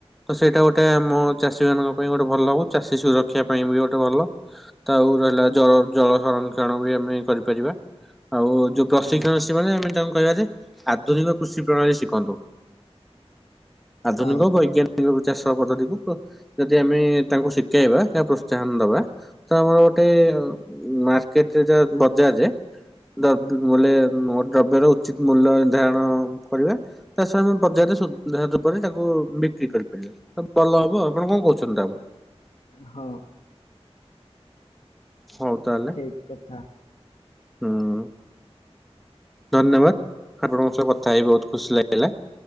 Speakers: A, in the centre; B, on the left.
A: ତ ସେଇଟା ଗୋଟେ ଆମ ଚାଷୀ ମାନଙ୍କ ପାଇଁ ଗୋଟେ ଭଲ ହଉ ଚାଷୀ ସୁରକ୍ଷା ପାଇଁ ବି ଗୋଟେ ଭଲ। ତାଉ ରହିଲା ଜଳ ଜଳ ସଂରକ୍ଷଣ ବି ଆମେ କରିପାରିବା। ଆଉ ଯୋଉ ପ୍ରଶିକ୍ଷଣ
B: ହଁ
A: ଅ ମାନ ଆମେ ତାଙ୍କୁ କହିବା ଯେ ଆଧୁନିକ କୃଷି ପ୍ରଣାଳୀ ଶିଖନ୍ତୁ। ଆଧୁନିକ
B: ହଁ
A: ବୈଜ୍ଞାନିକ ଚାଷ ପଦ୍ଧତିକୁ ଯଦି ଆମେ ତାଙ୍କୁ ଶିଖେଇବା ପ୍ରୋତ୍ସାହନ ଦବା ତ ଗୋଟେ ମାର୍କେଟରେ ଯାହା ବଜାରରେ ଦ <unintelligible> ବଲେ ଦ୍ରବ୍ୟର ଉଚିତ୍ ମୂଲ୍ୟର୍ଧାରଣ କରିବା ତା ସହି ଆମେ ବଜାରରେ <unintelligible> ତାକୁ ବିକ୍ରି କରିପାରିବା। ସ ଭଲ ହବ ଆପଣ କଣ କହୁଛନ୍ତି ତାପରେ।
B: ହଁ।
A: ହଉ ତାହାଲେ
B: ଠିକ କଥା।
A: ହୁଁ। ଧନ୍ୟବାଦ ଆପଣଙ୍କ ସହ କଥା ହେଇି ବହୁତ ଖୁସି ଲାଗିଲା।